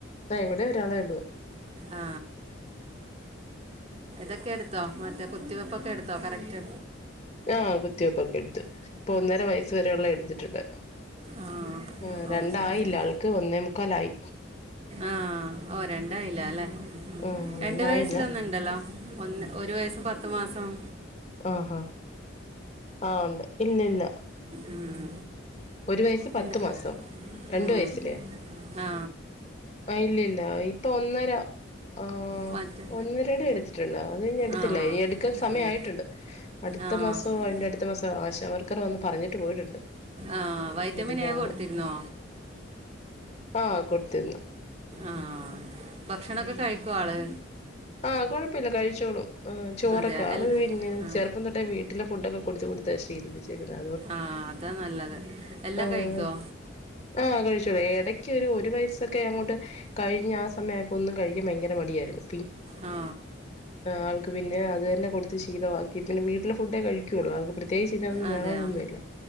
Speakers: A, on the left; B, on the right.
A: ആഹ് ഇവിടേം ഒരാളേ ഒള്ളൂ
B: ആ തൊക്കെ എടുത്തോ മറ്റേ കുത്തിവെപ്പൊക്കെ എടുത്തോ കറക്റ്റ്
A: ആഹ് കുത്തിവെപ്പൊക്കെ എടുത്തു. ഇപ്പൊ ഒന്നര വയസ് വരെയുള്ളത് എടുത്തിട്ടുണ്ട്
B: ആഹ്
A: ആഹ്
B: ഓഹ്
A: രണ്ടായില്ല
B: ശരി ശരി
A: ആൾക്ക് ഒന്നേ മുക്കാലായി
B: ആഹ് ഓഹ് രണ്ടായില്ല ല്ലേ
A: ആഹ് രണ്ടായില്ല
B: രണ്ട് വയസിലൊന്നുണ്ടല്ലോ ഒന്ന് ഒരു വയസ്സും പത്ത് മാസോം
A: ആഹ് ആഹ് ആഹ് ഉണ്ട് ഇല്ല ഇല്ല
B: ഉം.
A: ഒരു വയസ്സ് പത്ത്
B: പിന്നെ
A: മാസോ? രണ്ട്
B: ഉം.
A: വയസിലെയാ?
B: ആ
A: ആഹ് ഇല്ല ഇല്ല ഇപ്പൊ ഒന്നര ആഹ്
B: മറ്റേ
A: ഒന്നരടെ എടുത്ത് ട്ടുണ്ട്, അത് ഇനിയും എടുത്തില്ല,
B: ആ
A: ഇനി എടുക്കാൻ സമയായിട്ടുണ്ട്.
B: ഉം.
A: അടുത്ത
B: ആ ആ
A: മാസോ അതിന്റെ അടുത്ത മാസോ ആശ വർ ക്കർ വന്ന് പറഞ്ഞിട്ട് പോയിട്ടുണ്ട്.
B: ആഹ് വൈറ്റമിൻ
A: എടുക്കണന്ന്
B: എ കൊടുത്തിരുന്നോ
A: ആഹ് കൊടുത്തിരുന്നു
B: ആഹ് ഭക്ഷണൊക്കെ കഴിക്കോ ആള്
A: ആഹ് കൊഴപ്പില്ല കഴിച്ചോളും ആഹ് ചോറൊക്കെ
B: അതെയാ
A: ആള്
B: എൽ
A: പിന്നെ
B: ആ
A: ചെറുപ്പം തൊട്ടെ വീട്ടിലെ ഫുഡൊക്ക പൊടിച്ച് കൊടുത്താ ശീലിപ്പിച്ചേക്കുന്നെ
B: ആഹ് അതാ നല്ലത്. എല്ലാം
A: ആഹ്
B: കഴിക്കോ?
A: ആഹ് കഴിച്ചോളും. എടക്ക് ഒരു ഒരു വയസ് സ്സൊക്കെ അങ്ങോട്ട് കഴിഞ്ഞ ആ സമയായപ്പൊ ഒന്നും കഴിക്കാൻ ഭയങ്കര മടിയാരുന്നു
B: ആ
A: ആൾക്ക് പിന്നെ അത് തന്നെ കൊടുത്ത് ശീലവാക്കി. പിന്നെ വീട്ടിലെ ഫുഡേ കഴിക്കുള്ളൂ, ആൾക്ക് പ്ര പ്രത്യേകിച്ചിതൊന്നും
B: അതെയാ
A: വേണോന്നൊന്നുവില്ല